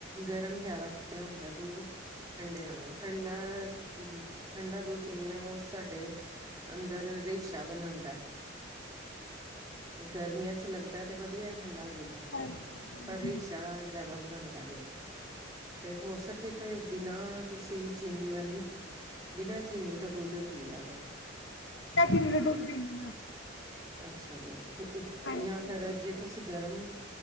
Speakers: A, on the right; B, on the left.
A: ਗਰਮ ਜਿਆਦਾ ਵਧੀਆ ਹੁੰਦਾ ਦੁੱਧ ਠੰਡੇ ਨਾਲੋਂ, ਠੰਡਾ-ਠੰਡਾ ਦੁੱਧ ਪੀਂਦੇ ਹਾਂ ਉਹ ਸਾਡੇ ਅੰਦਰ ਰੇਸ਼ਾ ਬਣਾਉਂਦਾ। ਗਰਮੀਆਂ 'ਚ' ਲੱਗਦਾ ਤੇ ਵਧੀਆ ਠੰਡਾ ਦੁੱਧ
B: ਹਾਂਜੀ
A: <inaudible>
B: ਹਾਂਜੀ
A: ਪਰ ਰੇਸ਼ਾ ਜਿਆਦਾ ਬਣਾਉਂਦਾ ਇਹ 'ਤੇ ਹੋ ਸਕੇ 'ਤੇ ਬਿਨਾਂ ਤੁਸੀਂ ਚੀਨੀ ਵਾਲੀ, ਬਿਨਾਂ ਚੀਨੀ ਤੋਂ ਦੁੱਧ ਪੀ ਲਿਆ ਕਰੋ।
B: <unintelligible>
A: <inaudible> ਅੱਛਾ ਜੀ,
B: ਹਾਂਜੀ
A: ਜਾਂ ਫਿਰ
B: ਉਹ ਤੇ
A: ਜੇ ਤੁਸੀਂ
B: ਹਾਂਜੀ
A: ਗਰਮ,